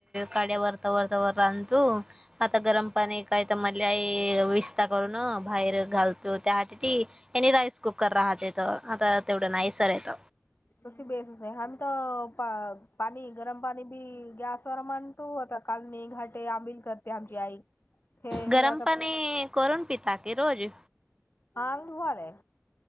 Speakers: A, on the right (about 20°); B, on the left (about 55°).
A: कडे्या बरत बरत बरंतु आता गरम पण एक काय तर मधली विस्त करून बाहेर घालतो त्या आ आणिनी राइस कुकर राहते येत आता तेवढं नाहीसर येत
B: त बेस हम तर पाणी गरम पाणी भी गॅस स्वरमान तू होता कालणी घाटे आंबिल करते आमची आई. हे
A: गरम
B: हे आता
A: पाणी करून पिता क रोज.
B: हांगधुवालेय.